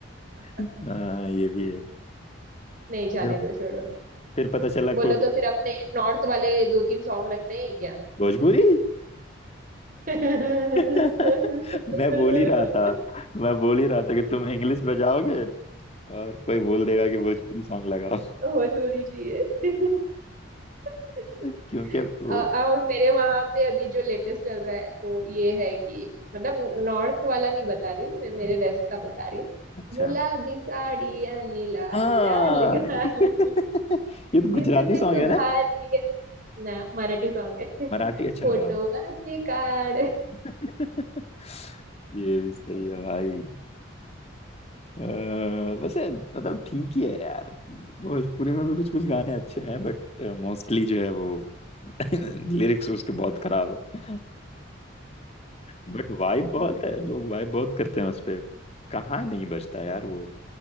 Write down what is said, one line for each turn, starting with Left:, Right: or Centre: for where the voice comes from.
Right: <laughs>
Left: हाँ, ये भी है
Right: नहीं जाने
Left: फिर
Right: दो छोड़ो
Left: फिर पता चला
Right: बोलो
Left: कोई
Right: तो फिर अपने नॉर्थ वाले दो तीन सॉन्ग रखने हैं क्या
Left: भोजपुरी
Right: <laughs>
Left: <laughs> मैं बोल ही रहा था मैं बोल ही रहा था कि तुम इंग्लिश बजाओगे और कोई बोल देगा कि भोजपुरी सॉन्ग लगाओ
Right: हो छोरी जी ये। <laughs>
Left: <laughs> क्योंकि वो
Right: अ- और मेरे वहां पे अभी जो लेटेस्ट चल रहा है वो ये है कि मतलब नॉर्थ वाला नहीं बता रही हूँ मैं मेरे
Left: हम्म,
Right: वेस्ट का बता रही हूँ
Left: अच्छा
Right: गुलाबी साड़ियाँ लाल
Left: हाँ
Right: लाल गाल
Left: <laughs> ये तो गुजराती
Right: दिसते
Left: सॉन्ग
Right: तू
Left: है ना
Right: भारी है। ना मराठी सॉन्ग है
Left: मराठी अच्छा
Right: फोटो
Left: हाँ
Right: वाची कार्ड
Left: <laughs> ये भी सही है भाई अ, वैसे मतलब ठीक ही है यार भोजपुरी में भी कुछ कुछ गाने अच्छे हैं बट मोस्टली जो है वो <laughs> लिरिक्स उसके बहुत खराब है बट वाइब बहुत है <laughs> लोग वाइब बहुत करते हैं उस पे कहाँ नहीं बचता यार वो